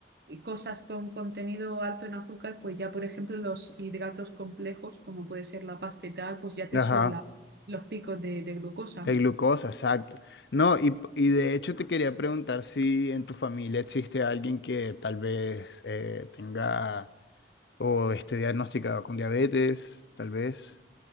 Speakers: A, on the right (about 55°); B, on the left (about 65°).
A: cosas con contenido alto en azúcar, pues ya por ejemplo los hidratos complejos, como puede ser la pasta y tal, pues ya te
B: Ajá.
A: suben la- los picos de, de glucosa,
B: De
A: ¿no?
B: glucosa, exacto. No, y, y de hecho te quería preguntar si en tu familia existe alguien que tal vez eh, tenga o esté diagnosticado con diabetes, tal vez.